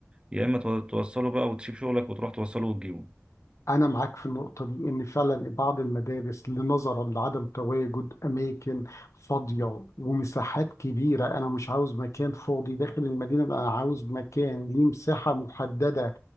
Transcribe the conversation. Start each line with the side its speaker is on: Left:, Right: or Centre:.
Right: يا إما تو- توصله بقى وتسيب شغلك وتروح توصله وتجيبه
Left: انا معاك في النقطه دي ان فعلا بعض المدارس لنظرا لعدم تواجد اماكن فاضيه ومساحات كبيره انا مش عاوز مكان فاضي داخل المدينه انا عاوز مكان ليه مساحه محدده